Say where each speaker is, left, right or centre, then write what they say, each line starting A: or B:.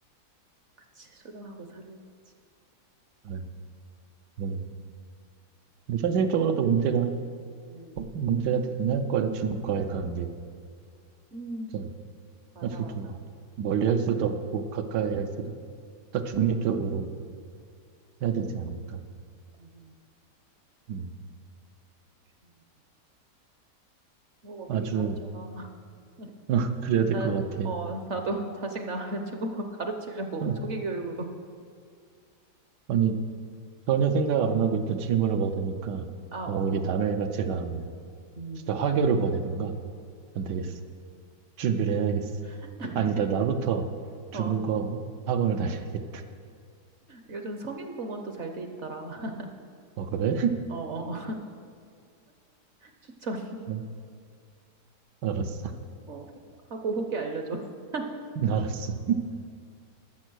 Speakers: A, on the right; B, on the right.
A: 그치, 수능하고 살아야겠지.
B: 아, 음. 근데 현실적으로도 문제가
A: 음.
B: 어, 문제가 되긴 할 거야 중국과의 관계가.
A: 음,
B: 좀
A: 맞아,
B: 현실적으로
A: 맞아.
B: 멀리 할 수도 없고 가까이 할 수도 없다 중립적으로
A: 맞아,
B: 해야 되지 않을까.
A: 맞아, 맞아.
B: 음,
A: 중국어. 중국어 미리
B: 아주
A: 가르쳐놔. <laughs>
B: <laughs> 어, 그래야 될
A: 아,
B: 것 같아.
A: 어, 나도 <laughs> 자식 낳으면 중국어 가르치려고
B: 어,
A: 조기 교육으로.
B: 아니, 전혀 생각 안 하고 있던 질문을 받으니까,
A: 아,
B: 어,
A: 어.
B: 이게 남의
A: 어.
B: 가치가 뭐
A: 음.
B: 진짜 화교를 보내던가, 안 되겠어. 준비를 해야겠어.
A: <laughs>
B: 아니다, 나부터 중국어
A: 어,
B: 학원을 다녀야겠다.
A: 요즘 성인 부모도 잘 돼 있더라. <laughs>
B: 어, 그래?
A: 어. 추천 <laughs>
B: 응, 알았어. <laughs>
A: 어, 하고 후기 알려줘. <laughs>
B: 알았어.